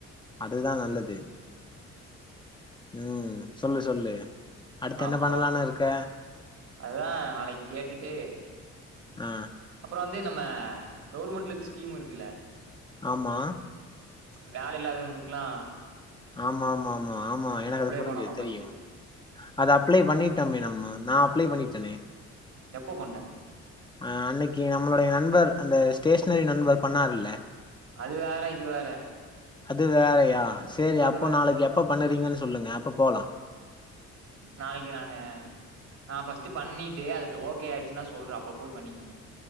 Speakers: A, on the left; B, on the right.
A: அதுதா நல்லது உம் சொல்லு சொல்லு அடுத்து என்ன
B: அப்பறோ
A: பண்ணலான்னு இருக்க
B: அதா நாளைக்கு கேட்டுட்டு
A: ஆ
B: அப்றோ வந்து நம்ம கவுர்மெண்ட்லேந்து ஸ்கீம் இருக்குல்ல
A: ஆமா
B: வேல இல்லாதவுங்களுக்ல்லா
A: ஆமா ஆமா ஆமா ஆமா என அது புரிஞ்சது
B: பண்ணணு
A: தெரியு
B: ஃபர்ஸ்ட்டு
A: அத அப்ளே பண்ணிட்டோமே நம்ம நா அப்ளே பண்ணிடேன். ஏலே
B: எப்போ பண்ண
A: அ அன்னைக்கு நம்மளுடைய நண்பர் அந்த ஸ்டேஷனரி நண்பர் பண்ணாருல்ல
B: அது வேற இது வேற
A: அது வேறயா சேரி
B: அது
A: அப்போ
B: வந்
A: நாளைக்கு எப்ப பண்ணுறீங்கனு சொல்லுங்க அப்ப போலா
B: நாளைக்கு நாங்க நா ஃபஸ்டு பண்ணிட்டு அதுக்கு ஓகே ஆயிடுச்சுன்னா சொல்றே அப்றோ போய் பண்ணிக்கீங்க